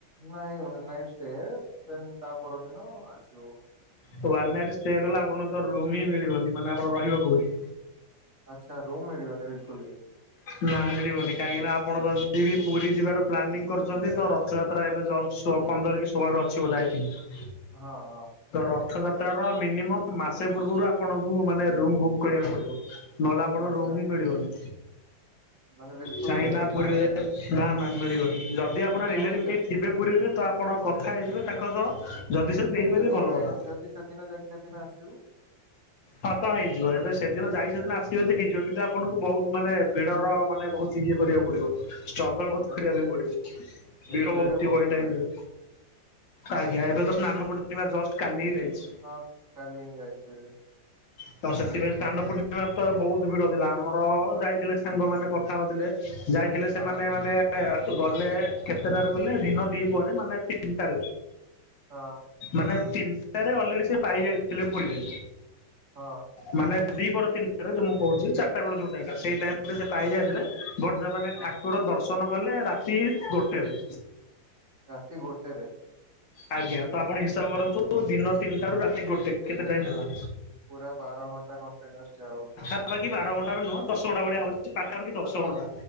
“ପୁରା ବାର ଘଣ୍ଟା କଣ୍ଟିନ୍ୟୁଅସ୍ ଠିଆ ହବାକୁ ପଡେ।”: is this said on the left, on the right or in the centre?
Right